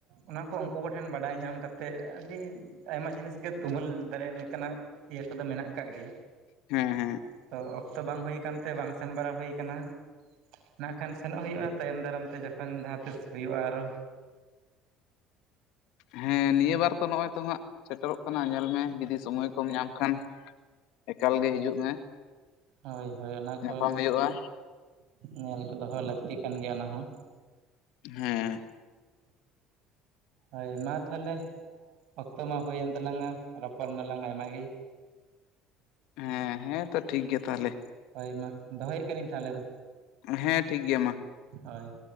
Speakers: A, on the right; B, on the left.
A: ᱚᱱᱟ ᱠᱚ ᱩᱱᱠᱩ ᱠᱚᱴᱷᱮᱱ᱾ ᱵᱟᱰᱟᱭ ᱧᱟᱢ ᱠᱟᱛᱮᱫ ᱟᱹᱰᱤ ᱟᱭᱢᱟ ᱡᱤᱱᱤᱥ ᱜᱮ᱾ ᱛᱩᱢᱟᱹᱞ ᱫᱟᱲᱮ ᱞᱮᱠᱟᱱᱟ-ᱜ ᱤᱭᱟᱹ ᱠᱚ-ᱫᱚ ᱢᱮᱱᱟ-ᱜ ᱟᱠᱟᱫ ᱜᱮᱭᱟ᱾
B: ᱦᱮᱸ- ᱦᱮᱸ᱾
A: ᱫᱚ ᱚᱠᱛᱚ ᱵᱟᱝ ᱦᱩᱭ ᱟᱠᱟᱱᱛᱮ᱾ ᱵᱟᱝ ᱥᱮᱱ ᱵᱟᱲᱟ ᱦᱩᱭ ᱠᱟᱱᱟ᱾ ᱱᱟᱜ ᱠᱷᱟᱱ ᱥᱮᱱᱚ-ᱜ ᱦᱩᱭᱩᱜᱼᱟ᱾ ᱛᱟᱭᱚᱢ ᱫᱟᱨᱟᱢᱛᱮ ᱡᱚᱠᱷᱚᱱ᱾ ᱡᱟᱦᱟᱸ ᱛᱤᱥ ᱦᱩᱭᱩᱜᱼᱟ ᱾ᱟᱨᱚ
B: ᱦᱮᱸ ᱱᱤᱭᱟᱹ ᱵᱟᱨ ᱛᱚ ᱾ᱱᱚᱜᱼᱚᱭ ᱛᱚ᱾ ᱦᱟᱸᱜ ᱥᱮᱴᱮᱨᱚ-ᱜ ᱠᱟᱱᱟ᱾ ᱧᱮᱞ ᱢᱮ ᱡᱩᱫᱤ ᱥᱚᱢᱚᱭ ᱠᱚᱢ ᱧᱟᱢ ᱠᱷᱟᱱ᱾ ᱮᱠᱟᱞ ᱜᱮ, ᱦᱤᱡᱩᱜ ᱢᱮ᱾
A: ᱦᱳᱭ - ᱦᱳᱭ ᱚᱱᱟᱛᱳᱥ
B: ᱧᱟᱯᱟᱢ ᱦᱩᱭᱩᱜᱼᱟ
A: ᱧᱮᱞ ᱫᱚ-ᱦᱚᱸ ᱞᱟᱹᱠᱛᱤ ᱠᱟᱱ ᱜᱮᱭᱟ ᱾ᱚᱱᱟ ᱦᱚᱸ
B: ᱦᱮᱸ᱾
A: ᱦᱳᱭ ᱢᱟ ᱛᱟᱦᱚᱞᱮ᱾ ᱚᱠᱛᱚ ᱢᱟ ᱦᱩᱭᱮᱱ ᱛᱟᱞᱟᱝ ᱟ᱾ ᱨᱚᱯᱚᱲ ᱱᱟᱞᱟᱝ ᱟᱭᱢᱟ ᱜᱮ᱾
B: ᱦᱮᱸ - ᱦᱮᱸ ᱛᱚ ᱴᱷᱤᱠ ᱜᱮᱭᱟ᱾ ᱛᱟᱦᱚᱞᱮ
A: ᱦᱳᱭ ᱢᱟ᱾ ᱫᱚᱦᱚᱭᱮᱫ ᱠᱟᱹᱱᱟᱹᱧ, ᱛᱟᱦᱚᱞᱮ ᱫᱚ᱾
B: ᱦᱮᱸ ᱾ᱴᱷᱤᱠ ᱜᱮᱭᱟ ᱢᱟ᱾
A: ᱦᱳᱭ᱾